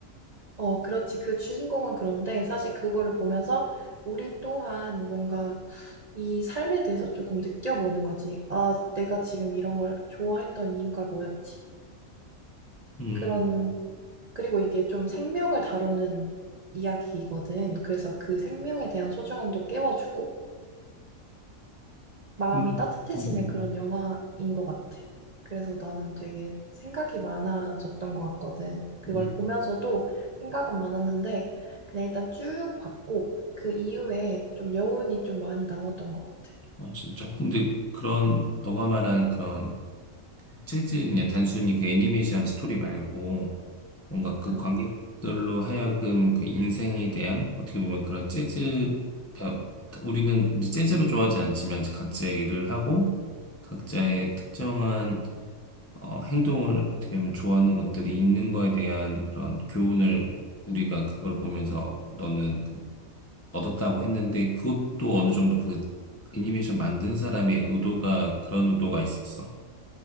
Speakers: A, on the right; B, on the left.
A: 어, 그렇지. 그 주인공은 그런데 사실 그거를 보면서 우리 또한 뭔가 이 삶에 대해서 조금 느껴보는 거지. 아, 내가 지금 이런 걸 좋아했던 이유가 뭐였지?
B: 음,
A: 그런, 그리고 이게 좀 생명을 다루는 이야기거든. 그래서 그 생명에 대한 소중함도 깨워주고, 마음이
B: 근데,
A: 따뜻해지는
B: 음, 음,
A: 그런 영화인 것 같아. 그래서 나는 되게 생각이 많아졌던 것 같거든. 그걸
B: 음. 음.
A: 보면서도 생각은 많았는데, 그냥 일단 쭉 봤고, 그 이후에 좀 여운이 좀 많이 남았던 것 같아.
B: 아, 진짜? 근데 그런 너가 말한 그런 재즈 그냥 단순히 그 애니메이션 스토리 말고 뭔가 그
A: 응.
B: 관객들로 하여금 그 인생에 대한 어떻게 보면 그런 재즈 다- 다- 우리는 이제 재즈로 좋아하지 않지만 이제 각자의 일을 하고 각자의 특정한 어, 행동을 어떻게 보면 좋아하는 것들이 있는 거에 대한 그런 교훈을 우리가 그걸 보면서 너는 그- 얻었다고 했는데 그것도 어느 정도 그 애니메이션 만든 사람의 의도가 그런 의도가 있었어.